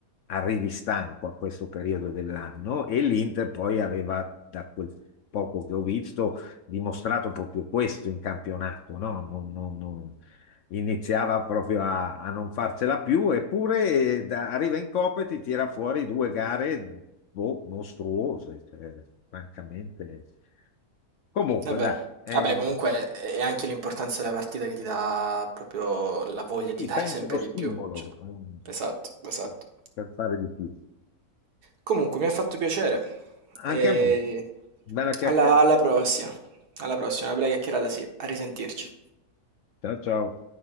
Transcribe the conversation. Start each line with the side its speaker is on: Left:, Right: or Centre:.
Left: arrivi stanco a questo periodo dell'anno e l'Inter poi aveva, da quel poco che ho visto, dimostrato proprio questo in campionato, no? Non- non- non- Iniziava proprio a, a non farcela più, eppure eh, da- arriva in Coppa e ti tira fuori due gare boh, mostruose, cioè, francamente. Comunque,
Right: È vero.
Left: dai, eh,
Right: Vabbè, comunque è anche l'importanza della partita che ti dà proprio la voglia
Left: sì,
Right: di dare
Left: penso
Right: <laughs> sempre
Left: lo stimolo
Right: di più. cioè.
Left: ehm,
Right: esatto, esatto.
Left: per per fare di più.
Right: Comunque, mi ha fatto piacere. E
Left: Anche a me. Bella chiacchierata.
Right: alla, alla prossima. Alla prossima, una bella chiacchierata, sì. A risentirci.
Left: Ciao ciao.